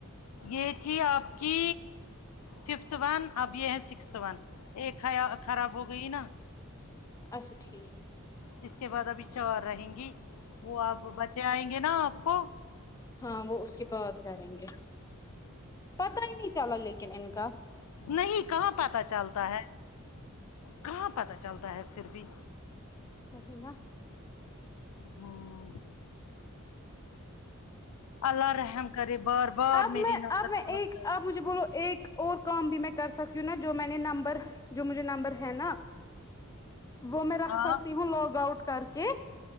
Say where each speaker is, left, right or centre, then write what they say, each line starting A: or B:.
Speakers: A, on the left; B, on the left.
A: یہ تھی آپ کی ففتھ ون اب یہ ہے سکس س ون ایک خراب ہو گئی نہ
B: اچھا ٹھیک
A: اس کے بعد ابھی چار رہیں گی وہ آپ بچے آئیں گے نہ آپ کو
B: ہاں وہ اس کے بعد کریں گے پتا ہی نہیں چلا لیکن ان کا
A: نہیں کہاں پتا چلتا ہے کہاں پتا چلتا ہے پھر بھی
B: وہی نا
A: ہوں اللہ رحم کرے بار بار
B: اب
A: میری
B: میں
A: نفرت
B: اب میں
A: پہنجاتی
B: ایک آپ مجھے بولو ایک اور کام بھی میں کر سکتی ہوں نا جو میں نے نمبر جو مجھے نمبر ہے نہ وہ میں رکھ
A: ہاں
B: سکتی ہوں لاگ آؤٹ کر کے